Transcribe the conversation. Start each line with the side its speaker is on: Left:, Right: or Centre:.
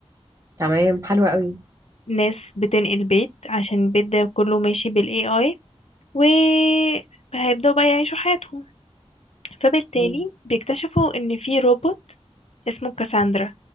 Right: تمام حلوة قوي
Left: ناس بتنقل بيت عشان البيت ده كله ماشي بال AI و هيبدأوا بقى يعيشوا حياتهم فبالتالي
Right: مم.
Left: بيكتشفوا إن في روبوت اسمه كاساندرا